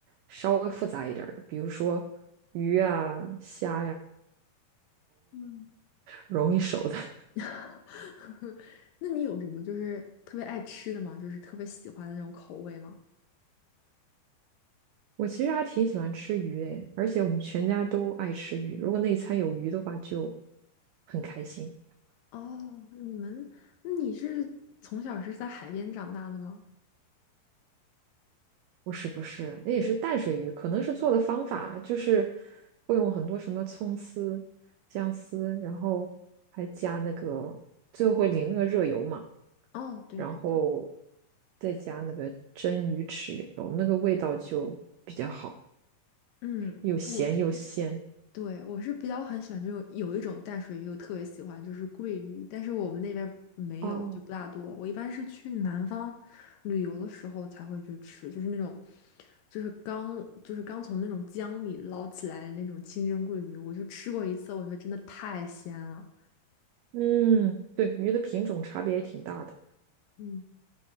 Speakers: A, on the right; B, on the left.
A: 稍微复杂一点儿的，比如说鱼啊、虾呀，
B: 嗯。
A: 容易熟的。<laughs>
B: <laughs> 那你有什么就是特别爱吃的吗？就是特别喜欢的那种口味吗？
A: 我其实还挺喜欢吃鱼诶，而且我们全家都爱吃鱼，如果那一餐有鱼的话，就很开心。
B: 哦，你们，那你是从小是在海边长大的吗？
A: 不是不是，那也是淡水鱼，可能是做的方法就是会用很多什么葱丝、姜丝，然后还加那个，最后会淋那个热油嘛，
B: 哦，对对对，
A: 然后再加那个蒸鱼豉油，那个味道就比较好，
B: 嗯，
A: 又咸又鲜。
B: 我是。对，我是比较很喜欢这种，有一种淡水鱼，我特别喜欢，就是桂鱼，但是我们那边没有，
A: 哦，
B: 就不大多。我一般是去南方旅游的时候才会去吃，就是那种，就是刚就是刚从那种江里捞起来的那种清蒸桂鱼，我就吃过一次，我觉得真的太鲜了。
A: 嗯，对，鱼的品种差别也挺大的。
B: 嗯，